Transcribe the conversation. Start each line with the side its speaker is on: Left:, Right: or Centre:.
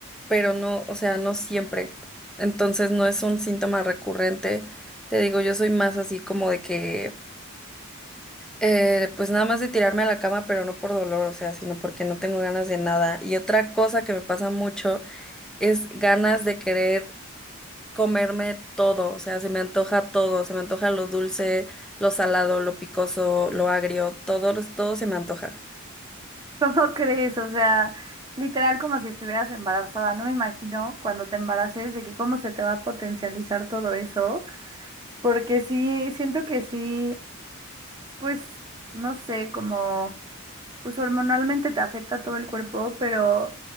Centre: pero no, o sea, no siempre. Entonces no es un síntoma recurrente. Te digo, yo soy más así como de que, eh, pues nada más de tirarme a la cama, pero no por dolor, o sea, sino porque no tengo ganas de nada. Y otra cosa que me pasa mucho es ganas de querer comerme todo, o sea, se me antoja todo, se me antoja lo dulce, lo salado, lo picoso, lo agrio, todo, todo se me antoja.
Right: <laughs> ¿cómo crees? O sea, literal como si estuvieras embarazada, no me imagino cuando te embaraces de que cómo se te va a potencializar todo eso, porque sí, siento que sí, pues, no sé, como... Pues hormonalmente te afecta todo el cuerpo, pero